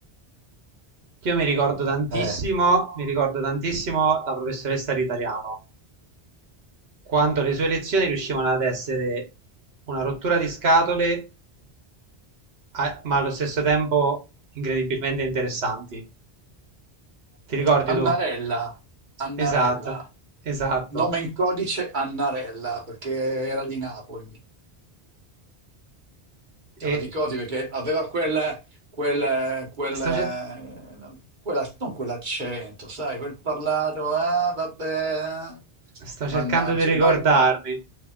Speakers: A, on the right; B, on the right.
A: Io mi ricordo tantissimo,
B: Eh,
A: mi ricordo tantissimo la professoressa di italiano, quando le sue lezioni riuscivano ad essere una rottura di scatole, a- ma allo stesso tempo incredibilmente interessanti. Ti ricordi
B: Annarella,
A: tu?
B: Annarella,
A: Esatto, esatto.
B: nome in codice Annarella, perché era di Napoli. Te
A: E
B: lo ricordi perché aveva quel, quel, quel,
A: Sto, ce-
B: quella, non quell'accento, sai, quel parlato, ah, vabbè, eh".
A: sto cercando
B: mannaggia,
A: di ricordarmi.
B: noi,